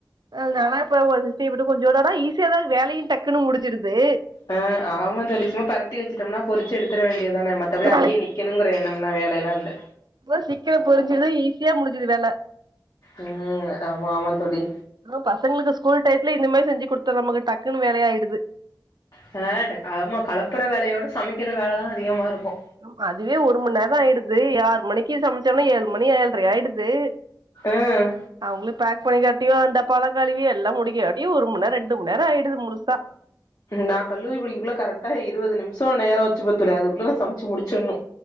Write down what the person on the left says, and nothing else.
ஆ ஆமா தோழி சும்மா பெரட்டி வச்சுட்டம்னா பொறிச்சி எடுத்துர வேண்டிதான மத்தபடி
அங்கே நிக் கினுங்குற என்னம்னா வேலைலா இல்ல
ஆ ஆமா ஆமா தோழி
ஹ ட ஆமா களப்புற வேலையோட சமைக்கிற வேலைதா அதிகமா இருக்கு
ம்
நா கல்லூரி படிக்கக்குள்ள கரெக்டா இருவது நிம்ஷோ நேரோ வச்சிப்ப தோழி அதுக்குள்ள நா சமச்சு முடிச்சிண்ணு